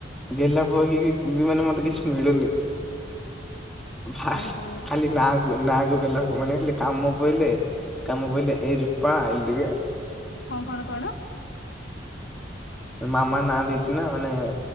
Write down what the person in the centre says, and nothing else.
ଗେଲ୍ହା ପୁଅ ହେଇକି ବି ମାନେ ମତେ କିଛି। ମିଳୁନି। ଭାଇ
ଖାଲି ନାକୁ ନାକୁ। ଗେଲ୍ହା ପୁଅ। ମାନେ ଖାଲି କାମ ପିଲ କାମ ପିଲଲେ ଏଇ ରୂପା ଆଇଲୁ ଟିକେ
ମାମା ନା ଦେଇଛି ନା ମାନେ